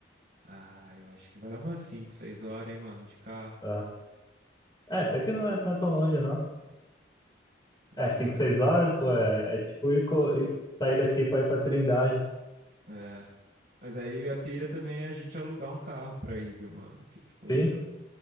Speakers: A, on the right (about 45°); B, on the left (about 20°).
A: Ah, eu acho que vai umas 5 6 horas, hein, mano, de carro.
B: Ah, é,
A: É,
B: até que não é, não é tão longe, não. É,
A: é,
B: 5 6
A: mano.
B: horas, pô, é, é tipo ir, co- ir- sair daqui pra ir pra Trindade.
A: É. Mas daí a pira também é a gente alugar um carro pra ir, viu, mano? Que tipo,
B: Sim,